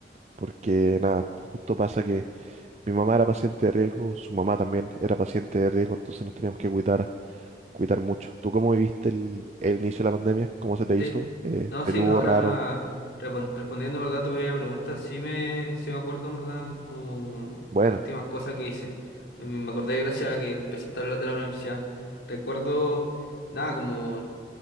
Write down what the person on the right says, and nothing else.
porque nada, justo pasa que mi mamá era paciente de riesgo, su mamá también era paciente de riesgo, entonces nos teníamos que cuidar, cuidar mucho. ¿Tú cómo viviste el, el inicio de la pandemia? ¿Cómo se te
hizo? Eh,
peludo,
raro,
bueno,